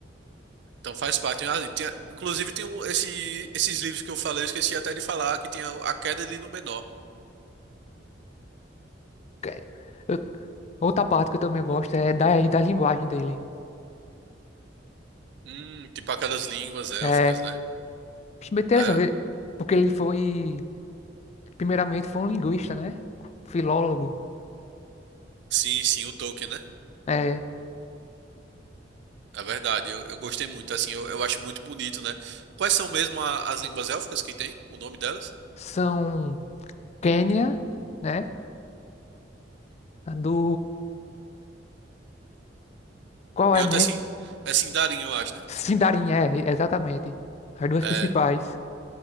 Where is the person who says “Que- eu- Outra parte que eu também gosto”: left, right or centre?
Left